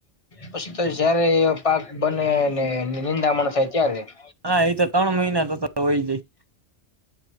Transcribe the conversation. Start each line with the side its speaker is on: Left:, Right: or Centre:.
Left: પછી તો જયારે એ પાક બને ને નિંદામણો થાય ત્યારે. <inaudible>
Right: હા એ તો ત્રણ મહિના તો હોય જાય